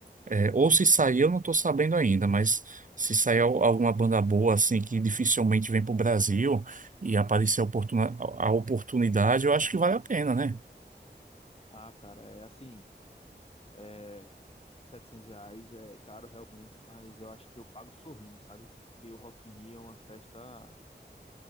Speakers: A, on the right; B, on the left.
A: É, ou se sair, eu não estou sabendo ainda, mas se sair al- alguma banda boa, assim, que dificilmente vem para o Brasil e aparecer a, oportuna- a oportunidade, eu acho que vale a pena, né?
B: Ah, cara, é assim, é, 700 reais é caro realmente, mas eu acho que eu pago sorrindo, sabe? Porque o Rock in Rio é uma festa